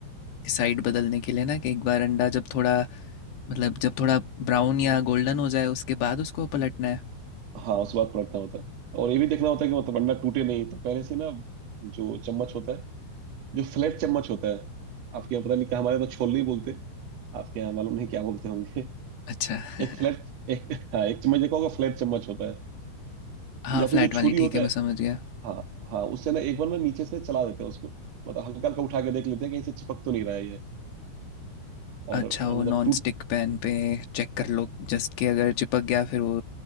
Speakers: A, on the left (about 65°); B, on the right (about 50°).
A: कि साइड बदलने के लिए ना कि एक बार अंडा जब थोड़ा मतलब जब थोड़ा ब्राउन या गोल्डन हो जाए उसके बाद उसको पलटना है
B: हाँ उसके बाद पलटना होता है और ये भी देखना होता है कि मतलब अंडा टूटे नहीं तो पहले से ना जो चम्मच होता है जो फ्लैट चम्मच होता है आपके यहाँ पता नहीं क्या हमारे यहाँ तो छोल नहीं बोलते आपके यहाँ मालूम नहीं क्या बोलते होंगे
A: अच्छा <laughs>
B: एक फ्लैट एक हाँ एक चम्मच देखा होगा फ्लैट चम्मच होता है
A: हाँ
B: या
A: फ्लैट
B: फिर जो
A: वाली
B: छुरी होता
A: ठीक है मैं
B: है
A: समझ गया
B: हाँ हाँ उससे ना एक बार ना नीचे से चला देते हैं उसको मतलब हल्का हल्का उठा के देख लेते हैं कहीं से चिपक तो नहीं रहा है ये और
A: अच्छा
B: अ,
A: वो
B: मतलब
A: नॉन
B: टूट
A: स्टिक पैन पे चेक कर लो जस्ट कि अगर चिपक गया फिर वो